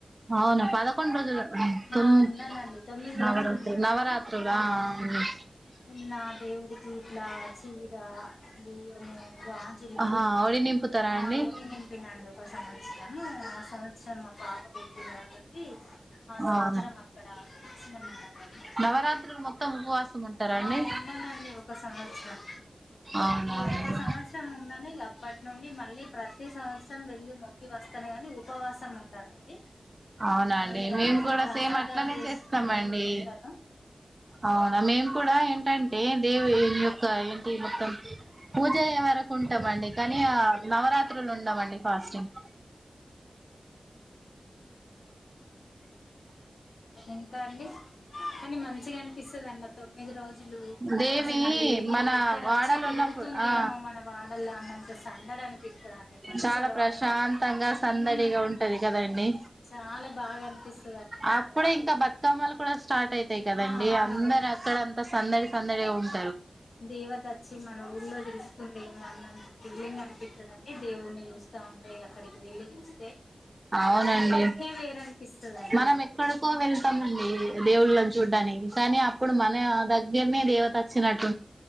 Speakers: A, on the right; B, on the left.
A: అవునా పదకొండ్ రోజులు ఉ తోమ్
B: ఆ ఉన్నానండి తొమ్మిది
A: నవరాత్ర
B: రోజులు ఉన్నానండి
A: నవరాత్రులా ఉ
B: ఉన్నదేవుడికి ఇట్లాద్ చీర బియ్యము గాజులు
A: ఆహా ఒడి నింపుతారా అండి
B: ఆ వొడి నింపిన అండి ఒకసారి ము ఆ సంవత్సరం మా పాప పుట్టింది కాబట్టి ఆ సంవత్సరం
A: అవును
B: అక్కడ ఇచ్చినమన <unintelligible>
A: నవరాత్రులు మొత్తం ఉపవాసం ఉంటారా అండి
B: ఆలేన్ ఉన్నానండి ఒక సంవత్సరం
A: అవునవును
B: ఈ ఒక సంవత్సరం ఉన్నాను అప్పట్ నుండి మళ్ళీ ప్రతి సంవత్సరం వెళ్ళి మొక్కి వస్తానుగాని ఉపవాసం ఉండనండి
A: అవునఅండి
B: మళ్ళీ
A: మేము
B: అట్లనే
A: కూడా
B: ప్రసాదాలు
A: సేమ్ అట్లానే
B: చేసుకొని
A: చేస్తామండి
B: వెళ్తాను
A: అవునా మేమ్ కూడా ఏంటంటే దేవి యొక్క ఏంటి మొత్తం పూజ ఉండేవరకు ఉంటామండి కానీ నవరాత్రులు ఉండమండి ఫాస్టింగ్
B: ఇంకా అండి కానీ మంచిగా అనిపిస్తదండి అత్ తొమ్మిది రోజులు
A: దేవి
B: అసలు దేవి
A: మన
B: ఇక్కడ
A: వాడలు
B: అచ్చి తిరుగుతుందేమో
A: ఉన్నప్పుడు ఆ
B: మన వాడలా అన్నట్ ఎంత సందడనిపిత్తదండి మనసులో
A: చాలా ప్రశాంతంగా
B: అయినా
A: సందడిగా
B: ఉ
A: ఉంటది కదండి
B: చాలా బాగా అనిపిస్
A: అప్పుడే ఇంక బతుకమ్మలు కూడా స్టార్ట్ అయితాయి కదండి
B: ఆ అందుకని
A: అందరు అక్కడ అంతా సందడి సందడిగా ఉంట్
B: దేవత అచ్చి మన ఊర్లో తిరుగుతుందేమో అన్నంత ఫీలింగ్ అనిపిత్తదండి దేవున్ని చూత్ చూస్తా ఉంటే అక్కడికి వెళ్లి చూస్
A: అవునండి
B: వేరనిపిస్తదండి
A: మనం ఎక్కడికో వెళ్తామండి దేవుళ్ళని చూడ్డానికి కానీ అప్పుడు మన దగ్ జేమే దేవత వచ్చినట్టు